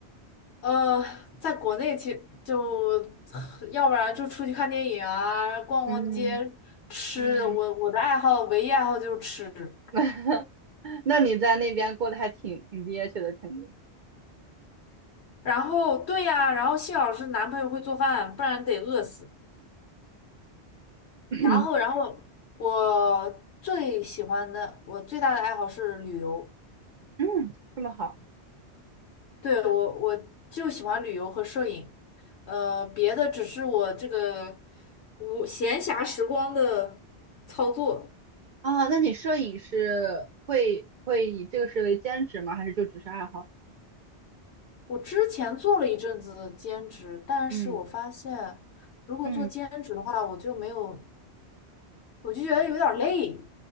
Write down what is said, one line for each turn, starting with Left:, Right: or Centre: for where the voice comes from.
Left: 呃，在国内其实就，<sighs> 要不然就出去看电影啊，逛逛街，
Right: 嗯，
Left: 吃。
Right: 嗯
Left: 我我的爱好，唯一爱好就是吃。
Right: <laughs> 那你在那边过得还挺挺憋屈的，肯定。
Left: 然后，对呀、然后幸好是男朋友会做饭，不然得饿死。
Right: <clears throat>
Left: 然后，然后我最喜欢的，我最大的爱好是旅游。
Right: 嗯，这么好
Left: 对，我我就喜欢旅游和摄影，呃，别的只是我这个无闲暇时光的操作。
Right: 啊？那你摄影是会会以这个事为兼职吗？还是就只是爱好？
Left: 我之前做了一阵子兼职，但是我发现，
Right: 嗯
Left: 如果做兼职的话，
Right: 嗯
Left: 我就没有，我就觉得有点儿累，